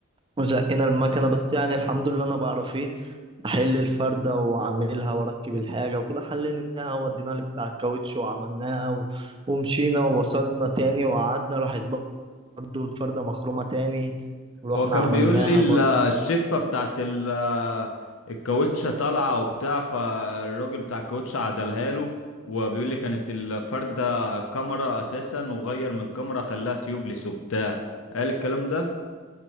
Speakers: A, on the right (about 25°); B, on the left (about 70°).
A: وزقنا المكنة بس يعني الحمد لله أنا بعرف إيه أحل الفردة وأعملها وأركب الحاجة وكده حليناها وديناها لبتاع الكاوتش وعملناها و... ومشينا ووصلنا تاني وقعدنا راحت برضو الفردة مخرومة تاني ورحنا
B: هو كان
A: عملناها
B: بيقول لي ال-
A: برضو
B: الشفة بتاعت ال- الكاوتشة طالعة وبتاع فالراجل بتاع الكاوتشة عدلها له وبيقول لي كانت الفردة كاميرا أساسا وغير من كاميرا خلاها تيوبلس وبتاع قال الكلام ده